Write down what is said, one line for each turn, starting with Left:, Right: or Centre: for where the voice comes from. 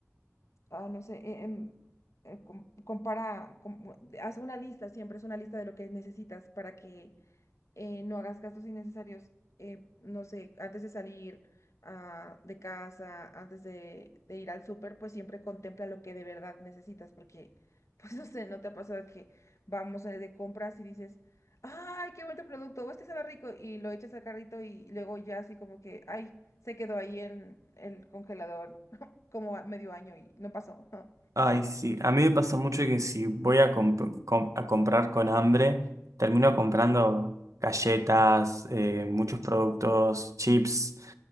Left: ah, no sé, eh, em, eh, com- compara, com- haz una lista, siempre es una lista de lo que necesitas para que eh, no hagas gastos innecesarios, eh, no sé, antes de salir ah, de casa, antes de, de ir al súper, pues siempre contempla lo que de verdad necesitas, porque, <laughs> pues no sé, ¿no te ha pasado que vamos eh, de compras y dices, ay, qué bonito producto, o este sabe rico, y lo echas al carrito y luego ya así como que, ay, se quedó ahí en el congelador <laughs> como a medio año y no pasó. <laughs>
Right: Ay, sí. A mí me pasa mucho que si voy a, comp- com- a comprar con hambre, termino comprando galletas, eh, muchos productos, chips